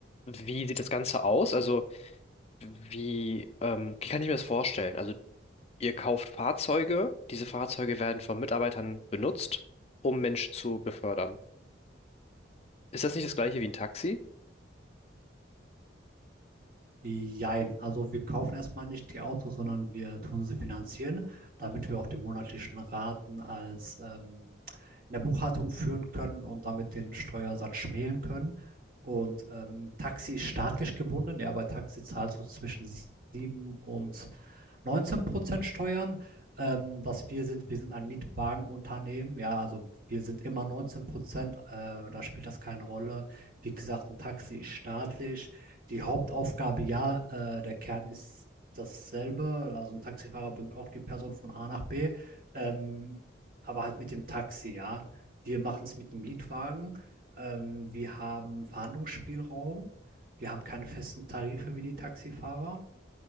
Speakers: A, on the left; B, on the right.
A: wie sieht das Ganze aus? Also, wie, ähm, wie kann ich mir das vorstellen? Also, ihr kauft Fahrzeuge, diese Fahrzeuge werden von Mitarbeitern benutzt, um Menschen zu befördern. Ist das nicht das gleiche wie ein Taxi?
B: Jein, also wir kaufen erstmal nicht die Autos, sondern wir tun sie finanzieren, damit wir auch die monatlichen Raten als ähm, in der Buchhaltung führen können und damit den Steuersatz schmälen können. Und ähm, Taxi ist staatlich gebunden, ja, bei Taxi zahlst du zwischen 7 und 19 Prozent Steuern. Ähm, was wir sind, wir sind ein Mietwagenunternehmen, ja, also wir sind immer 19 Prozent, äh, da spielt das keine Rolle. Wie gesagt, ein Taxi ist staatlich die Hauptaufgabe ja, äh, der Kern ist dasselbe. Also ein Taxifahrer bringt auch die Person von A nach B, ähm, aber halt mit dem Taxi, ja. Wir machen es mit dem Mietwagen. Ähm, wir haben Verhandlungsspielraum. Wir haben keine festen Tarife wie die Taxifahrer